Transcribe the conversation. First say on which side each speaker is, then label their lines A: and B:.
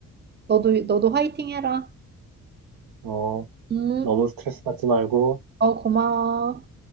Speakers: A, on the right; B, on the right.
A: 너도, 너도 화이팅 해라.
B: 어,
A: 음,
B: 너무 스트레스 받지 말고.
A: 어, 고마워.